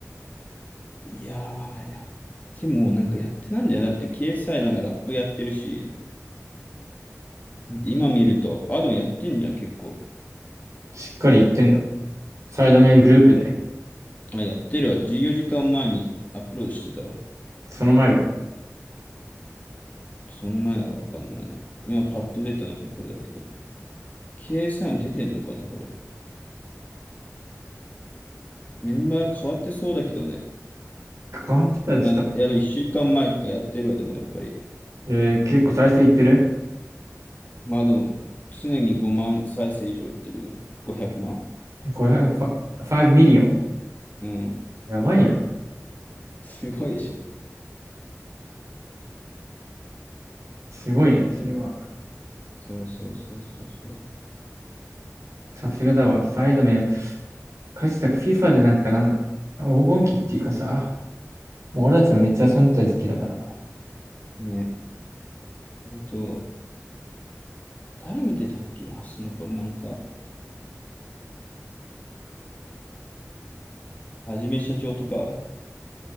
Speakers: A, on the left; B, on the right.
A: いやー、やってもなんかやってないんだよ。だって掲載なんかラップやってるし、で今見ると、あ、でもやってんじゃん、結構。
B: しっかり言ってんの。サイドメングループで。
A: あ、やってるわ。14時間前にアップロードしてたわ。
B: その前は。
A: その前はわかんないな。今パッと出たのがこれだけど。掲載も出てんのかな、これ。メンバー変わってそうだけどね。
B: 関わってたらちょっと、
A: やいや、でも1週間前とかやってるわ、でもやっぱり。
B: えー、結構再生いってる
A: まあ、でも常に5万再生以上いってるね。500万。
B: ?500、ファファイブミリオン。
A: うん。
B: やばいやん。
A: すごいでしょ。
B: すごいね、それは。
A: そうそうそうそうそう。
B: さすがだわ。サイドメン。かつて FIFA でなんかなんだ。黄金期っていうかさ、もう俺たちもめっちゃ遊んでた時期だから。
A: ね。あと、誰見てたっけな、その頃なんか、はじめしゃちょーとか。